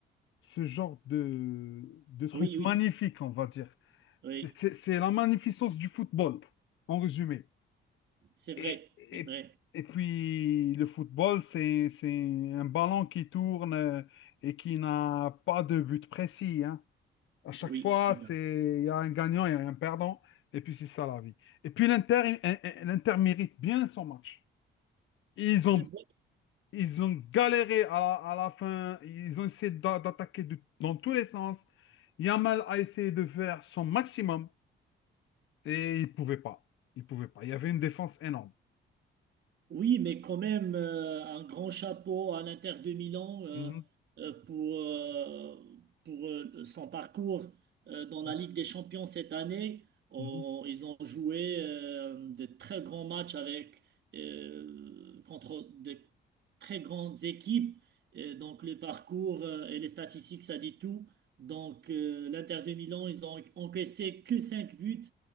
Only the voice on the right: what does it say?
Oui, oui,
oui,
c'est vrai,
c'est vrai.
Oui,
c'est
ça.
C'est
vrai
Oui, mais quand même, euh, un grand chapeau à l'Inter de Milan euh,
euh, pour, euh, pour euh, son parcours euh, dans
la Ligue des Champions cette année. On-
ils ont joué euh, de très grands matchs avec, euh, contre de très grandes équipes. Et donc, le parcours euh, et les statistiques, ça dit tout. Donc, euh, l'Inter de Milan, ils ont encaissé que 5 buts